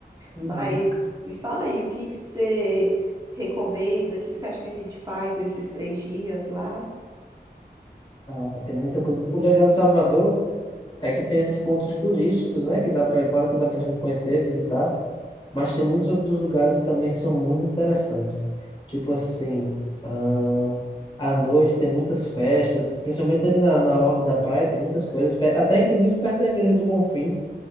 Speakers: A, on the left; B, on the right.
A: uhum.
B: Mas me fala aí, o que que você recomenda? O que que você acha que a gente faz nesses três dias lá?
A: Ah, tem muita coisa. O legal de Salvador é que tem esses pontos turísticos, né? Que dá pra, é claro que dá pra gente conhecer, visitar. Mas tem muitos outros lugares que também são muito interessantes. Tipo assim, ah, à noite tem muitas festas, principalmente ali na, na orla da praia, tem muitas coisas. pe- Até inclusive perto da Igreja do Bonfim,